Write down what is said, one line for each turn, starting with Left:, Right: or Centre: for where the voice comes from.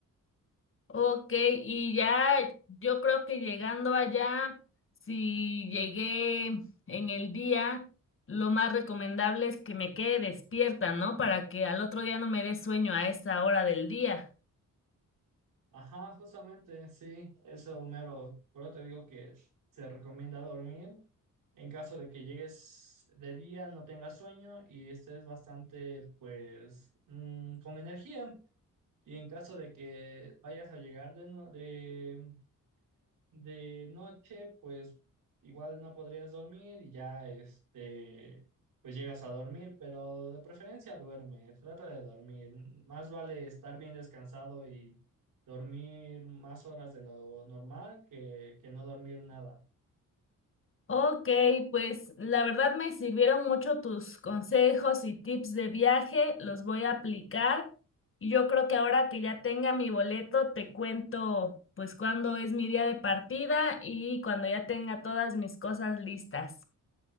Left: Ok, y ya yo creo que llegando allá, si llegué en el día, lo más recomendable es que me quede despierta, ¿no? Para que al otro día no me dé sueño a esa hora del día.
Right: Ajá, justamente, sí, eso, Homero. Por eso te digo que se recomienda dormir En caso de que llegues de día, no tengas sueño y estés bastante, pues, mm, con energía. Y en caso de que vayas a llegar de, no- de, de noche, pues igual no podrías dormir y ya, este, pues llegas a dormir, pero de preferencia duerme, trata de dormir. Más vale estar bien descansado y dormir más horas de lo normal que, que no dormir nada.
Left: Ok, pues la verdad me sirvieron mucho tus consejos y tips de viaje, los voy a aplicar y yo creo que ahora que ya tenga mi boleto, te cuento pues cuándo es mi día de partida y cuando ya tenga todas mis cosas listas.